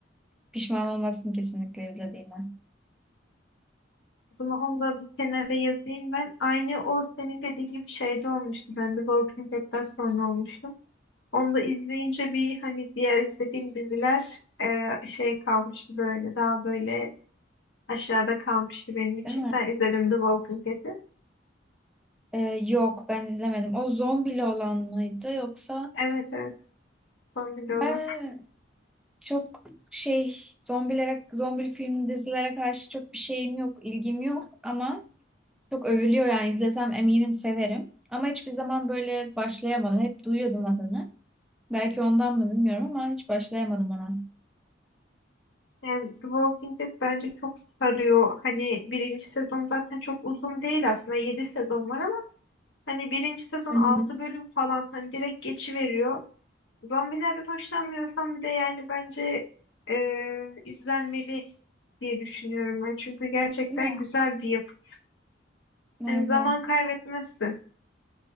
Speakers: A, in the centre; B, on the left.
A: Pişman olmazsın kesinlikle izlediğine.
B: O zaman onu da bir kenara yazayım ben. Aynı o senin dediğin gibi şeyde olmuştu. Ben de Walking Dead'den sonra olmuştu. Onu da izleyince bir hani diğer izlediğim diziler e, şey kalmıştı böyle daha böyle aşağıda kalmıştı benim için.
A: Değil mi?
B: Sen izledin The Walking Dead'i.
A: Ee, yok ben izlemedim. O zombili olan mıydı yoksa
B: Evet evet. Son bile
A: ben
B: olan.
A: çok şey zombilere zombili film dizilere karşı çok bir şeyim yok, ilgim yok ama çok övülüyor yani izlesem eminim severim. Ama hiçbir zaman böyle başlayamadım. Hep duyuyordum adını. Belki ondan mı bilmiyorum ama hiç başlayamadım ona.
B: Yani The Walking Dead bence çok sarıyor. Hani birinci sezon zaten çok uzun değil aslında. 7 sezon var Hani birinci sezon
A: Hı
B: 6
A: hı.
B: bölüm falan hani direkt geçiveriyor. Zombilerden hoşlanmıyorsam bir de yani bence e, izlenmeli diye düşünüyorum ben. Çünkü gerçekten
A: Değil mi?
B: güzel bir yapıt.
A: Merve.
B: Hani zaman kaybetmezsin.